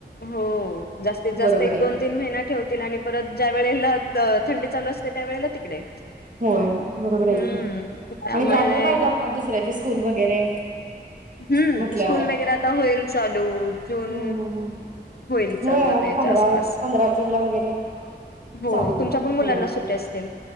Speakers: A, on the left (about 60°); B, on the right (about 45°).
A: हो. जास्तीत
B: बरोबर
A: जास्त एक
B: आहे
A: दोन
B: की
A: तीन महिना ठेवतील आणि परत ज्या वेळेला द थंडी चालू असते त्यावेळेला तिकडे
B: होय बरोबर
A: हम्म
B: आहे की
A: त्यामुळे
B: आणि जायला तर पाहिजे आता दुसऱ्याचे स्कूल व वगैरे
A: हम्म
B: म्हटल्यावर
A: स्कूल वगैरे आता होईल चालू जून
B: हम्म हम्म हम्म
A: होईल चालू
B: होय
A: आता याच्या
B: पंधरा
A: आसपास
B: पंधरा जून ला वगैरे
A: हो
B: चालू होईल
A: तुमच्या पण मुलांना
B: मुलांचे
A: सुट्या असतील.